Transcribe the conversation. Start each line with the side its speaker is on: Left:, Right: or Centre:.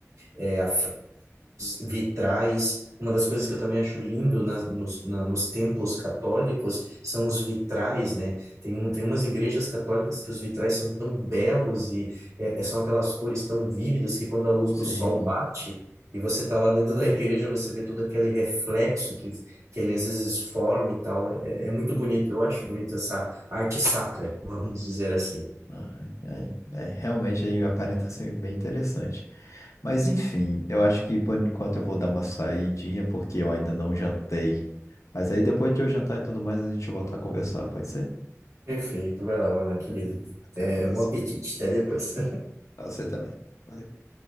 Right: é, a vitrais. Uma das coisas que eu também acho lindo nas, nos, na- nos templos católicos são os vitrais, né? Tem, um, tem umas igrejas católicas que os vitrais são tão belos e é, é- são aquelas cores tão vívidas que quando a luz
Left: Sim.
Right: do sol bate e você está lá dentro <laughs> da igreja, você vê todo aquele reflexo que, que ele às vezes forma e tal. É, é muito bonito, eu acho bonito essa arte sacra, <laughs> vamos dizer assim.
Left: Ah, É, é, é, realmente aí aparenta ser bem interessante. Mas enfim, eu acho que por enquanto eu vou dar uma saidinha porque eu ainda não jantei. Mas aí depois que eu jantar e tudo mais, a gente volta a conversar, pode ser?
Right: Perfeito, vai lá, vai
Left: Beleza.
Right: lá, querido.
Left: Até
Right: É,
Left: a próxima.
Right: bom apetite, até depois.
Left: Pra você também. Valeu.